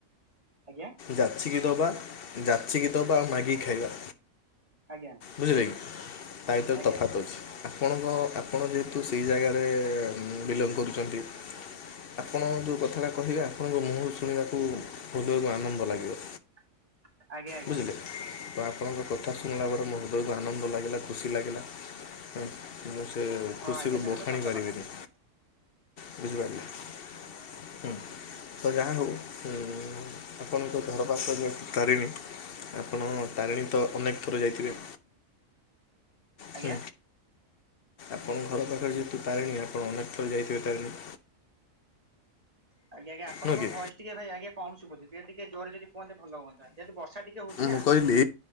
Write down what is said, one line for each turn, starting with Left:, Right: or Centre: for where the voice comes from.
Right: ଆଜ୍ଞା?
Left: ଯାଚିକି ଦବା ଯାଚିକି ଦବା ଆଉ ମାଗି ଖାଇବା।
Right: ଆଜ୍ଞା।
Left: ବୁଝିଲେ କି ତାହିିତରେ
Right: ଆଜ୍ଞା
Left: ତଫାତ ଅଛି। ଆପଣଙ୍କ ଆପଣ ଯେହେତୁ ସେଇ ଜାଗାରେ ବିଲଙ୍ଗ କରୁଛନ୍ତି। ଆପଣ ଯେଉଁ କଥାଟା କହିବେ ଆପଣଙ୍କ ମୁହଁରୁ ଶୁଣିବାକୁ ହୃଦୟକୁ ଆନନ୍ଦ ଲାଗିବ।
Right: <inaudible> ଆଜ୍ଞା
Left: ବୁଝିଲେ ତ ଆପଣଙ୍କ କଥା ଶୁଣିଲା ପରେ ମୋ ହୃଦୟକୁ ଆନନ୍ଦ ଲାଗିଲା ଖୁସି ଲାଗିଲା। ହଁ ମୁଁ ସେ
Right: ହଁ
Left: ଖୁସିକୁ
Right: ଆଜ୍ଞା ସେଇଟା
Left: ବୋଖାଣି
Right: ତ ସତ
Left: ପାରିବିନି।
Right: କଥା <inaudible>
Left: ବୁଝିପାରିଲେ ହୁଁ ତ ଯାହା ହଉ ଆପଣଙ୍କ ଘର ପାସରେ ତାରିଣୀ ଆପଣ ତାରିଣୀ ତ ଅନେକ ଥର ଯାଇଥିବେ।
Right: ଆଜ୍ଞା
Left: ହୁଁ ଆପଣ ଘର ପାଖରେ ଯେହେତୁ ତାରିଣୀ ଆପଣ ଅନେକ ଥର ଯାଇଥିବେ ତାରିଣୀ।
Right: ଆଜ୍ଞା ଆଜ୍ଞା ଆପଣଙ୍କ
Left: ନୁହଁ କି?
Right: ଭଏସ ଟିକେ ଭାଇ ଆଜ୍ଞା ଟିକେ କମ୍ ସୁବୁଚି, ଜୋରେ ଯଦି କୁହନ୍ତେ ଭଲ ହୁଅନ୍ତା। ଯେହେତୁ ବର୍ଷା ଟିକେ ହଉଛି ନା
Left: ମୁଁ କହିଲି